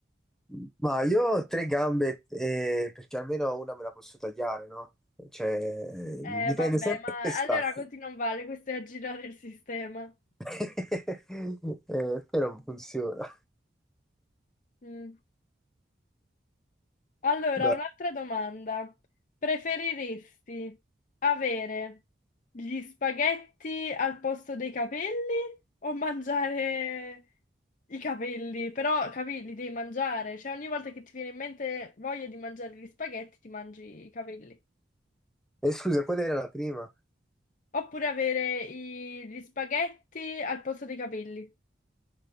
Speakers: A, in the centre; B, on the left (about 45°).
A: <laughs> ma io ho tre gambe eh, perché almeno una me la posso tagliare, no? Cioè,
B: Eh,
A: dipende
B: vabbè,
A: sempre
B: ma
A: da dove sta.
B: allora così non vale, questo è aggirare il sistema.
A: <laughs> Eh, però funziona.
B: Mm. Allora,
A: Dai.
B: un'altra domanda. Preferiresti avere gli spaghetti al posto dei capelli o mangiare i capelli? Però, capelli devi mangiare, cioè ogni volta che ti viene in mente voglia di mangiare gli spaghetti, ti mangi i capelli.
A: E scusa, qual era la prima?
B: Oppure avere i- gli spaghetti al posto dei capelli.